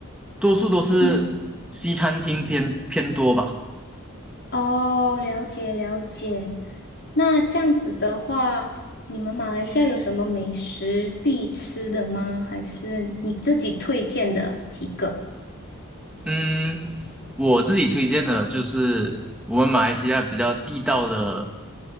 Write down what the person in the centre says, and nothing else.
多数都是西餐厅偏偏多吧。
嗯，我自己推荐的就是我们马来西亚比较地道的，